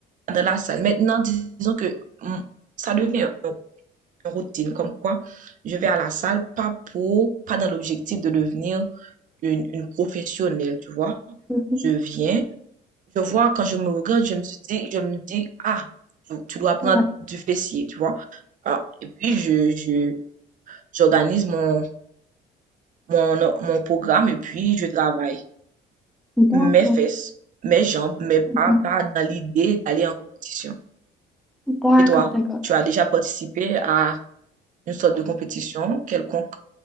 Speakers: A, on the right (about 50°); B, in the centre.
A: de la salle. Maintenant, disons que mm, ça devient un- une routine, comme quoi je vais à la salle pas pour, pas dans l'objectif de devenir une, une professionnelle, tu vois.
B: Mhm.
A: Je viens, je vois, quand je me regarde, je me suis dit, je me dis, ah, tu, tu dois prendre
B: Ouais,
A: du fessier, tu vois. Alors, et puis, je, je, j'organise mon, mon, mon programme et puis je travaille
B: d'accord.
A: mes fesses, mes jambes, mais pas,
B: Mhm.
A: pas dans l'idée d'aller en compétition.
B: D'accord,
A: Et toi,
B: d'accord.
A: tu as déjà participé à Une sorte de compétition quelconque